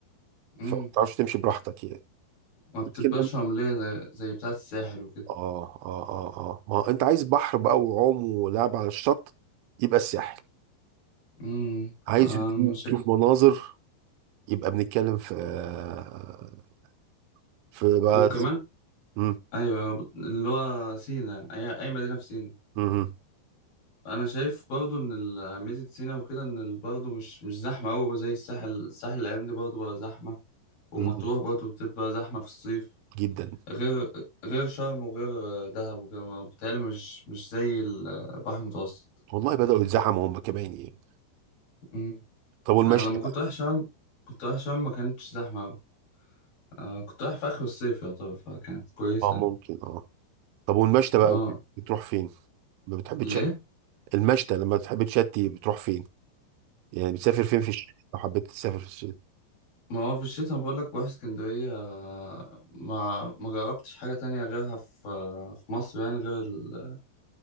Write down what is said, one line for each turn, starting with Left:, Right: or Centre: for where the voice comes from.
Left: امم
Right: فما بتعرفش تمشي براحتك يعني
Left: ما بتبقاش
Right: لكن لما
Left: رمليه زي زي بتاعه الساحل وكده
Right: اه اه اه اه ما هو انت عايز بحر بقى وعوم ولعب على الشط يبقى الساحل
Left: امم
Right: عايز
Left: انا
Right: هدوء
Left: مش
Right: تشوف مناظر يبقى بنتكلم في <laughs> في بقى
Left: وكمان
Right: مم.
Left: ايوه اللي هو سينا اي اي مدينه في سينا
Right: مم.
Left: انا شايف برضو ان ال- ميزة سينا وكده ان ال- برضو مش مش زحمة قوي زي الساحل الساحل الايام دي برضو بقى زحمة ومطروح
Right: مم.
Left: برضو بتبقى زحمة في الصيف
Right: جدا
Left: غير غير شرم وغير دهب وكده ما- بيتهيألي مش مش زي البحر المتوسط
Right: والله بدأوا يتزحموا هم كمان يعني
Left: أمم.
Right: طب والمشي
Left: انا لما
Right: بقى
Left: كنت رايح شرم كنت رايح شرم ما كانتش زحمة قوي آه كنت رايح في اخر الصيف يعتبر فكانت كويسة
Right: اه
Left: يعني
Right: ممكن اه طب والمشي بقى
Left: اه
Right: بتروح فين ما بتحبش
Left: الايه
Right: المشتى لما تحب تشتي بتروح فين يعني بتسافر فين في الشتاء لو حبيت تسافر في الشتاء
Left: ما هو في الشتاء بقول لك بروح اسكندرية ما ما جربتش حاجة تانية غيرها في في مصر يعني غير ال...